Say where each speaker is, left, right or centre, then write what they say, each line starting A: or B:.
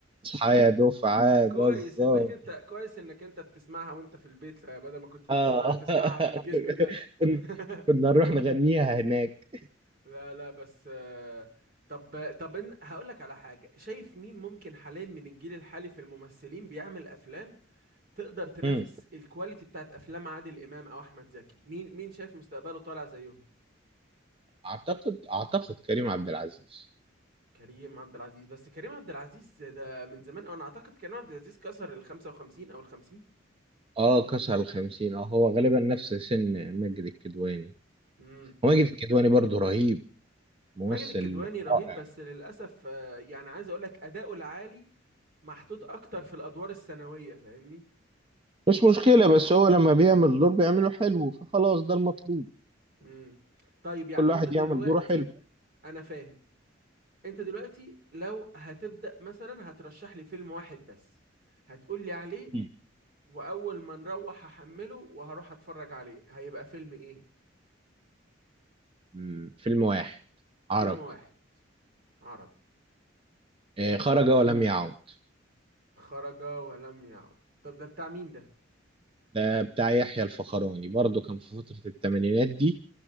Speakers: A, on the right (about 25°); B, on the right (about 50°).
A: اصحى يا دفعه
B: كويس
A: ده الظابط
B: انك انت كويس انك انت بتسمعها وانت في البيت آه، بدل ما كنت بتسمعها
A: اه
B: تسمعها
A: <laughs>
B: في الجيش بجد
A: كن-
B: <laughs>
A: كنا نروح نغنيها هناك
B: لا لا بس آه، طب طب إن- هقول لك على حاجة شايف مين ممكن حاليا من الجيل الحالي في الممثلين بيعمل أفلام تقدر تنافس
A: مم.
B: الكواليتي بتاعت أفلام عادل إمام أو أحمد زكي مين مين شايف مستقبله طالع زيهم
A: اعتقد اعتقد كريم عبد العزيز
B: كريم عبد العزيز بس كريم عبد العزيز ده من زمان أو أنا أعتقد كريم عبد العزيز كسر ال 55 أو ال 50
A: اه كسر الخمسين اه هو غالبا نفس سن ماجد الكدواني
B: امم
A: وماجد الكدواني برضه رهيب ممثل
B: ماجد الكدواني رهيب
A: رائع
B: بس للأسف آه، يعني عايز أقول لك أداؤه العالي محطوط أكتر في الأدوار الثانوية فاهمني
A: مش مشكلة بس هو لما بيعمل دور بيعمله حلو فخلاص ده المطلوب
B: امم طيب يعني
A: كل واحد
B: انت دلوقتي
A: يعمل دوره حلو
B: انا فاهم انت دلوقتي لو هتبدأ مثلا هترشح لي فيلم واحد بس هتقول لي عليه
A: مم.
B: واول ما نروح هحمله وهروح اتفرج عليه هيبقى فيلم ايه
A: مم. فيلم واحد عربي
B: فيلم واحد عربي
A: آه،
B: امم
A: خرج ولم يعد
B: خرج ولم يعد طب ده بتاع مين ده
A: ده بتاع يحيى الفخراني برضو كان في فترة الثمانينات دي